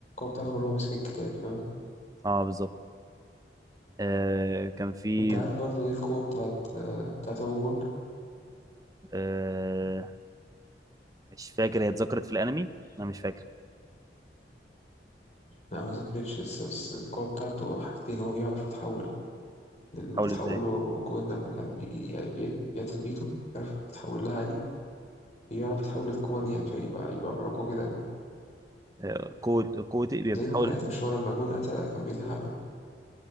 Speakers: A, on the left; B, on the right.
A: بتاعته غير هو ماسك الكتاب فاهم
B: اه بالظبط آه كان في
A: انت عارف برضو ايه القوة بتاعت آه، بتاعت ابو جون
B: آه مش فاكر هي اتذكرت في الانمي انا مش فاكر
A: لا ما ذكرتش لسه بس القوة بتاعته حاجتين هو بيعرف يتحول اللي
B: حاول
A: اتحول
B: ازاي
A: له جون لما كان بي- بي- بيقتل بيته بيعرف يتحول لها عادي بيعرف يتحول للقوة دي يعني فيبقى يبقى ملاكوة كده يعني
B: آه، قوة قوة إيه
A: زي
B: بتحاول
A: ما كان قاتل مش هو لما جون قتل كان بيتحارب